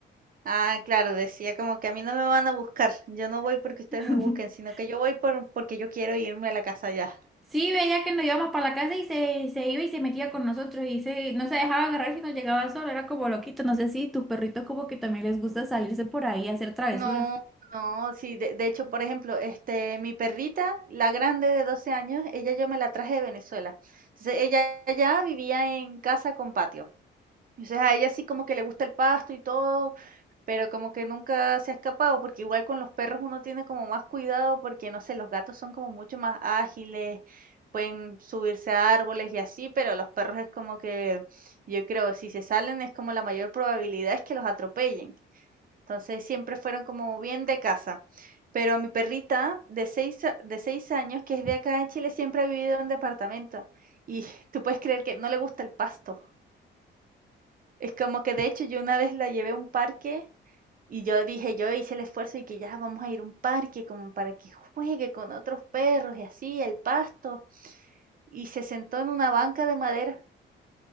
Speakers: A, on the right (about 45°); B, in the centre.
A: Ah, claro, decía como que a mí no me van a buscar, yo no voy porque ustedes
B: <laughs>
A: me busquen, sino que yo voy por, porque yo quiero irme a la casa ya.
B: Sí, veía que nos íbamos para la casa y se, se iba y se metía con nosotros y se, no se dejaba agarrar si nos llegaba solo, era como loquito. No sé si tus perritos como que también les gusta salirse por ahí a hacer travesuras.
A: No, no, sí, de, de hecho, por ejemplo, este, mi perrita, la grande de 12 años, ella yo me la traje de Venezuela. Entonces, ella ya vivía en casa con patio. Entonces, a ella sí como que le gusta el pasto y todo, Pero como que nunca se ha escapado, porque igual con los perros uno tiene como más cuidado, porque no sé, los gatos son como mucho más ágiles, pueden subirse a árboles y así, pero los perros es como que, yo creo, si se salen es como la mayor probabilidad es que los atropellen. Entonces siempre fueron como bien de casa. Pero mi perrita de seis, a- de seis años, que es de acá en Chile, siempre ha vivido en departamento. Y <laughs> tú puedes creer que no le gusta el pasto. Es como que de hecho yo una vez la llevé a un parque y yo dije, yo hice el esfuerzo y que ya vamos a ir a un parque como para que juegue con otros perros y así, el pasto. Y se sentó en una banca de madera.